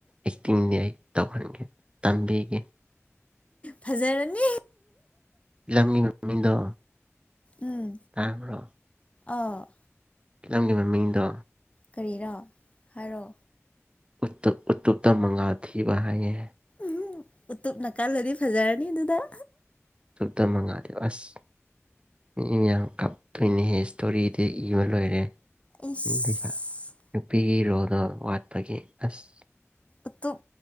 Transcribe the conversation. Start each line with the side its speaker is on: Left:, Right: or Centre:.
Right: ꯑꯦꯛꯇꯤꯡꯗꯤ ꯑꯩ ꯇꯧꯍꯟꯒꯦ ꯇꯝꯕꯤꯒꯦ
Left: ꯐꯖꯔꯅꯤ
Right: ꯄꯤꯂꯝꯅꯤ ꯃꯤꯗ
Left: ꯎꯝ
Right: ꯇ꯭ꯔꯣ
Left: ꯑꯥ <inaudible>
Right: ꯀꯤꯂꯝꯒꯤ ꯃꯃꯤꯡꯗꯣ
Left: ꯀꯔꯤꯔꯣ ꯍꯥꯏꯔꯣ
Right: ꯎ ꯎꯇꯞꯇ ꯃꯉꯥꯜ ꯊꯤꯕ ꯍꯥꯏꯌꯦ
Left: ꯎ ꯎꯇꯞ ꯅꯅꯥꯀꯜꯗꯗꯤ ꯐꯖꯥꯏꯔꯅꯤ ꯑꯗꯨꯗꯥ
Right: ꯇꯇ ꯃꯉꯥꯂꯣ ꯑꯁ ꯃꯤ ꯌꯥꯝ ꯀꯞꯇꯣꯏꯅꯦꯍꯦ ꯏꯁꯇꯣꯔꯤꯗꯤ ꯏꯕ ꯂꯣꯏꯔꯦ
Left: ꯏꯁ
Right: ꯎ ꯖ ꯅꯨꯄꯤꯒꯤ ꯔꯣꯜꯗꯣ ꯋꯥꯠꯄꯒꯤ ꯑꯁ
Left: ꯎꯇꯨꯞ